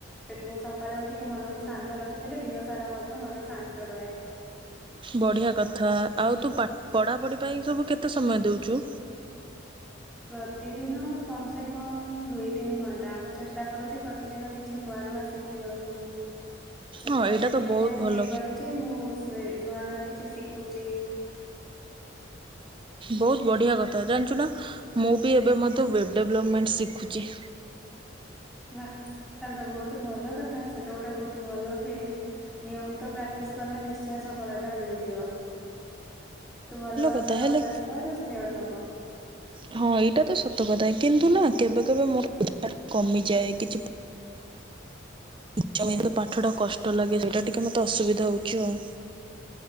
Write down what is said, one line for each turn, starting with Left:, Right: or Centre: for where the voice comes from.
Centre: ସେଥିପାଇଁ ସକାଳେ ଉଠିକି ମନକୁ ଶାନ୍ତ ରଖିଥିଲେ ଦିନ ସାରା ମଧ୍ୟ ମନ ଶାନ୍ତ ରହେ।
Right: ବଢିଆ କଥା ଆଉ ତୁ ପଢାପଢି ପାଇଁ ସବୁ କେତେ ସମୟ ଦଉଚୁ।
Centre: <inaudible> ପ୍ରତିଦିନ କମ ସେ କମ ଦୁଇ ତିନି ଘଣ୍ଟା ମୁଁ ଚେଷ୍ଟା କରୁଛି ପ୍ରତିଦିନ କିଛି ନୂଆ। ନୂଆ ଶିଖିବାକୁ। ସେଥିପାଇଁ
Right: ହଁ ଏଇଟା
Centre: ଯେତିକି
Right: ତ ବହୁତ
Centre: ଟାଇମ
Right: ଭଲ
Centre: ହେଇପାରୁଛି ମୁଁ ସେ ନୂଆ ନୂଆ କିଛି ଶି ଖୁଛି।
Right: ବହୁତ ବଢିଆ କଥା ଜାଣିଛୁ ନା ମୁଁ ବି ଏବେ ମଧ୍ୟ ୱେବ ଡେଭଲପମେଣ୍ଟ ଶିଖୁଛି।
Centre: ବା ତାହେଲେ ତ ବହୁତ ଭଲ କଥା ସେତ ଗୋଟେ ବହୁତ ଭଲ ଫିଲ୍ଡ। ନିୟମିତ ପ୍ରାକ୍ଟିସ କଲେ ନିଶ୍ଚୟ ସଫଳତା ମିଳିଯିବ। ତୁ ଭଲ ଭାବରେ
Right: କଥା ହେଲେ
Centre: ଅଭ୍ୟାସ କର ସିଓର ହବ।
Right: ହଁ ଏଇଟା ତ ସତ କଥା କିନ୍ତୁ ନା କେବେ କେବେ ମୋର କମିଯାଏ କିଛି। ଇଛା ହୁଏନି ପାଠ ଟା କଷ୍ଟ ଲାଗେ ସେଇଟା ଟିକେ ମତେ ଅସୁବିଧା ହଉଛି ଆଉ।